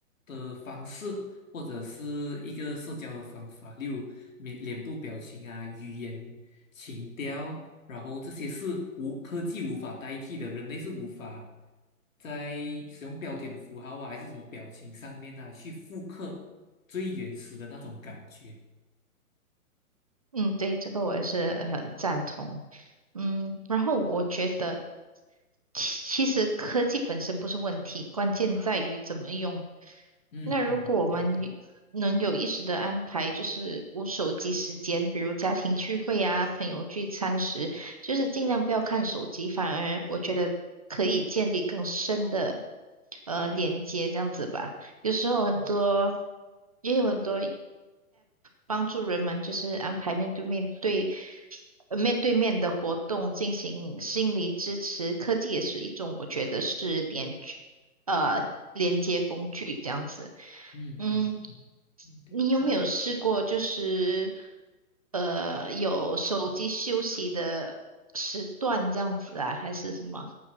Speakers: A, on the left (about 60°); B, on the right (about 25°).
A: 的方式，或者是一个社交的方法，例如面脸部表情啊、语言。情调，然后这些是无科技无法代替的，人类是无法在使用标点符号啊，还是什么表情上面啊，去复刻最原始的那种感觉。
B: 嗯，对，这个我也是很赞同。嗯，然后我觉得，其其实科技本身不是问题，关键在于怎么用。
A: 嗯嗯，
B: 那如果我们有能有意识的安排，
A: 对对，
B: 就是无手机时间，比如家庭聚会啊、朋友聚餐时，就是尽量不要看手机，反而我觉得可以建立更深的呃连接，这样子吧。有时候很多，
A: 嗯
B: 也有很多。帮助人们就是安排面对面对呃面对面的活动进行心理支持。科技也是一种，我觉得是连呃连接工具这样子。
A: 嗯嗯嗯，
B: 嗯，
A: 嗯对对，
B: 你有没有试过就是呃有手机休息的时段这样子啊，还是什么？